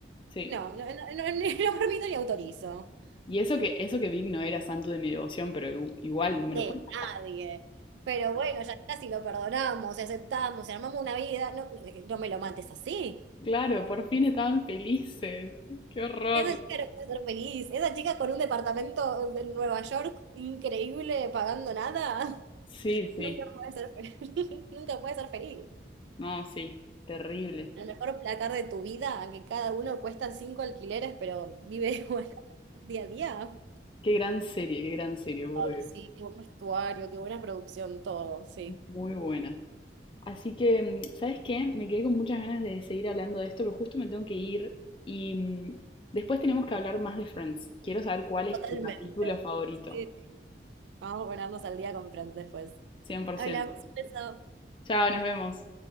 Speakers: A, on the left; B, on the right.
A: Sí.
B: no, no, no, no, <laughs> no permito ni autorizo.
A: Y eso que, eso que Vic no era santo de mi devoción, pero igu- igual no me
B: De
A: lo puedo. <laughs>
B: nadie. Pero bueno, ya está, si lo perdonamos, si aceptamos, si armamos una vida, no, eh, no me lo mates así.
A: Claro, por fin estaban felices. Qué horror.
B: Esa chica no puede ser feliz, esa chica con un departamento en Nueva York increíble, pagando nada,
A: Sí,
B: <laughs>
A: sí.
B: nunca puede ser feliz. <laughs> Nunca puede ser feliz.
A: No, sí. Terrible.
B: A lo mejor placar de tu vida, que cada uno cuesta cinco alquileres, pero vive <laughs> igual día a día.
A: Qué gran serie, qué gran serie, por
B: Ay,
A: Dios.
B: sí, qué buen vestuario, qué buena producción, todo, sí.
A: Muy buena. Así que, mm, ¿sabes qué? Me quedé con muchas ganas de seguir hablando de esto, pero justo me tengo que ir y mm, después tenemos que hablar más de Friends. Quiero saber cuál es
B: Totalmente.
A: tu capítulo favorito.
B: Sí, sí. Vamos a ponernos al día con Fran después.
A: cien por
B: Hablamos
A: ciento
B: de eso.
A: Chao, nos vemos.